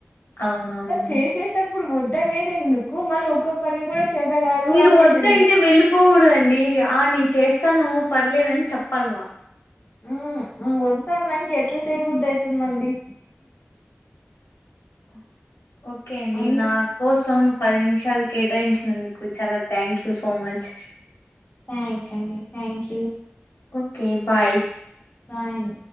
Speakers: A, on the left; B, on the left.
A: అవునవును
B: చేసేతప్పుడు వద్ అనేది ఎందుకు మళ్ళీ ఒక పని కూడా చేత కాదు
A: మీరు
B: అనేది
A: వద్దంటే
B: ఎందుకు
A: వెళ్ళిపోకూడదండి ఆ నేను చేస్తా తను పర్లేదని చెప్పాల
B: ఉ ఉ వద్దా అన్నక ఎట్లా చేయబుద్ధి అవుతుందండి
A: <inaudible> ఓకే అండి
B: అన్
A: నా కోసం పది నిమిషాలు కేటాయించినందుకు చాలా thank you so much
B: thanks అండి thank you
A: okay bye
B: bye an